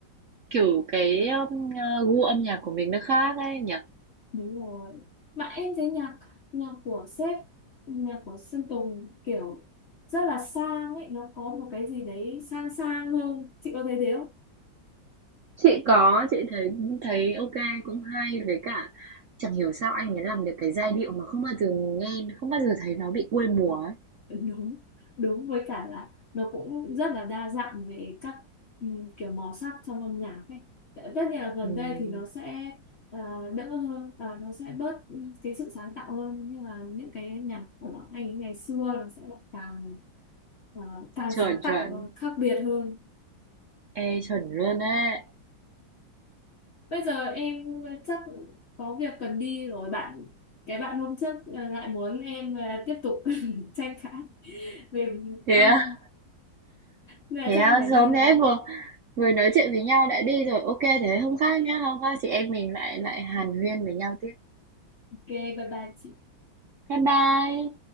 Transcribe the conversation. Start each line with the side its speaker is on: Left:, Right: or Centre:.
Right: Kiểu cái um, gu âm nhạc của mình nó khác ấy nhỉ.
Left: Đúng rồi. Mà em thấy nhạc nhạc của sếp nhạc của Sơn Tùng kiểu rất là sang ấy nó có một cái gì đấy sang sang hơn chị có thấy thế không?
Right: Chị có, chị thấy thấy ok cũng hay với cả chẳng hiểu sao anh ấy làm được cái giai điệu mà không bao giờ nghe, không bao giờ thấy nó bị quê mùa ấy.
Left: <laughs> Đúng đúng với cả là nó cũng rất là đa dạng về các ừm, kiểu màu sắc trong âm nhạc ấy tất nhiên là gần
Right: Ừm,
Left: đây thì nó sẽ ờ, đỡ hơn ờ, nó sẽ bớt cái sự sáng tạo hơn nhưng mà những cái nhạc của anh ấy ngày xưa nó sẽ lại càng ờ, càng
Right: chuẩn
Left: sáng tạo
Right: chuẩn,
Left: và khác biệt hơn
Right: ê chuẩn luôn ấy.
Left: Bây giờ em ờ, chắc có việc cần đi rồi bạn cái bạn hôm trước ờ, lại muốn em ờ, tiếp tục <laughs> tranh cãi về
Right: Thế
Left: âm
Right: á,
Left: nên là
Right: thế
Left: chắc
Right: á,
Left: em phải đi
Right: sớm
Left: rồi.
Right: thế vừa vừa nói chuyện với nhau đã đi rồi. Ok thế hôm khác nhá, hôm khác chị em mình lại lại hàn huyên với nhau tiếp.
Left: Ok bye bye chị.
Right: Bye bye.